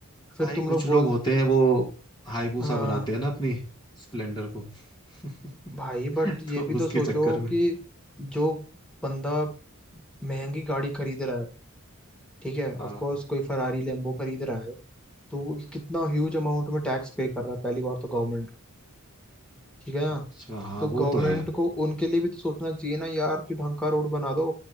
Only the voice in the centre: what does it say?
फिर
तुम
लोग बोल
हाँ
भाई बट ये
भी तो
सोचो
कि जो बंदा महंगी गाड़ी खरीद रहा है ठीक है ऑफ
कोर्स कोई फरारी लेम्बो खरीद रहा है तो वो कितना ह्यूज अमाउंट में टैक्स पे कर रहा है पहली बार तो गवर्नमेंट ठीक है ना
तो गवर्नमेंट
को उनके लिए भी तो सोचना चाहिए ना यार कि ढंग का रोड बना दो